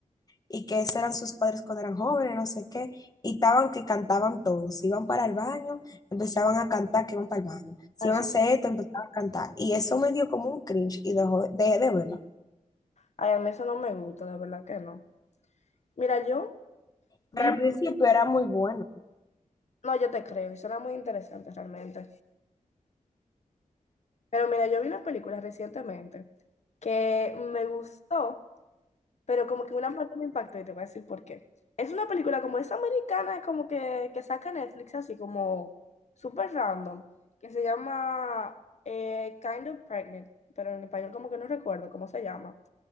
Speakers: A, on the left; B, on the left.
A: y que esos eran sus padres cuando eran jóvenes, no sé qué. Y estaban que cantaban todos. Iban para el baño, empezaban a cantar que iban para el baño. Si
B: Ay,
A: iban
B: eso-
A: a hacer esto, empezaban a cantar. Y eso me dio como un cringe y dejó- dejé de verlo.
B: ay, a mí eso no me gusta, de verdad que no. Mira, yo vi...
A: Pero al principio era muy bueno.
B: No, yo te creo, y suena muy interesante realmente. Pero mira, yo vi una película recientemente que me gustó, pero como que una parte me impactó y te voy a decir por qué. Es una película como es americana, como que, que saca Netflix así como súper random, que se llama eh, Kind of Pregnant, pero en español como que no recuerdo cómo se llama.